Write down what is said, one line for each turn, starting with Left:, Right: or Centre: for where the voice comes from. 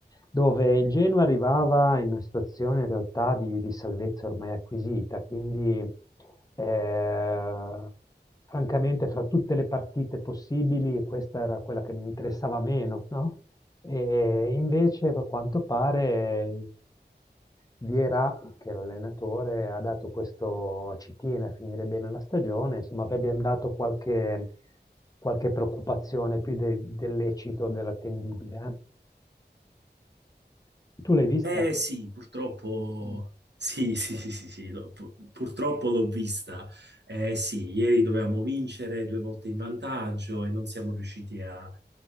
Left: Dove il Genoa arrivava in una situazione in realtà di, di salvezza ormai acquisita, quindi. Ehm, francamente fra tutte le partite possibili questa era quella che mi interessava meno, no? E invece a quanto pare Viera, che è l'allenatore, ha dato questo, ci tiene a finire bene la stagione, insomma abbiamo dato qualche, qualche preoccupazione più de- del lecito, dell'attendibile. eh. Tu l'hai vista?
Right: Eh sì, purtroppo,
Left: Mm.
Right: sì, <laughs> sì, sì, sì, sì, no, pu- purtroppo l'ho vista. Eh sì, ieri dovevamo vincere due volte in vantaggio e non siamo riusciti a,